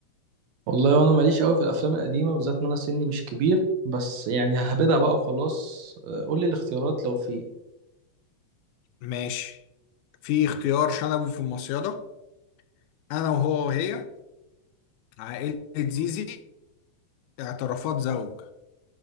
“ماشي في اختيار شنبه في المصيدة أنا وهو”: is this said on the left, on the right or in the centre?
Left